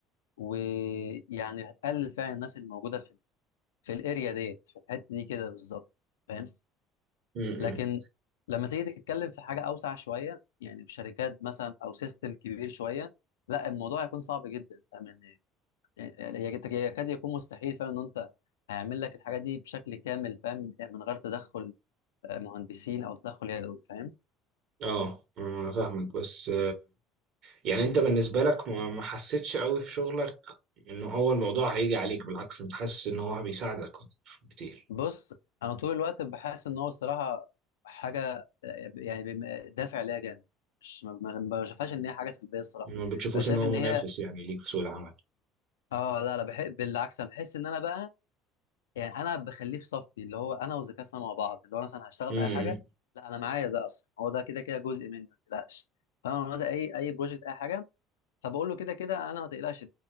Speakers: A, on the left; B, on the right.
A: ويعني هتقلل فعلا الناس اللي موجوده في في الاريا ديت في الحته دي كده بالظبط فاهم
B: م-
A: لكن
B: م.
A: لما تيجي تتكلم في حاجه اوسع شويه يعني في شركات مثلا او سيستم كبير شويه لا الموضوع هيكون صعب جدا فاهم ان يعني يكاد يكون مستحيل فاهم ان انت هيعمل لك الحاجه دي بشكل كامل فاهم يعني من غير تدخل آه، مهندسين او تدخل يدوي فاهم
B: اه انا فاهمك بس يعني انت بالنسبة لك ما ما حسيتش قوي في شغلك ان هو الموضوع هيجي عليك بالعكس انت حاسس ان هو بيساعدك كتير
A: بص انا طول الوقت بحس ان هو الصراحه حاجه آه، يعني بم- دافع ليها جامد مش ما ما- ما بشوفهاش ان هي حاجه سلبيه الصراحه
B: ما بتشوفوش
A: بقى شايف
B: ان هو
A: ان
B: منافس
A: هي
B: يعني ليك في سوق العمل
A: اه لا لا بحب بالعكس انا بحس ان انا بقى يعني انا بخليه في صفي اللي هو انا وذكائنا مع بعض اللي هو مثلا هشتغل
B: امم
A: في اي حاجه لا انا معايا ده اصلا هو ده كده كده جزء مني ما تقلقش فانا لما مثلا اي اي بروجكت اي حاجه فبقول له كده كده انا ما تقلقش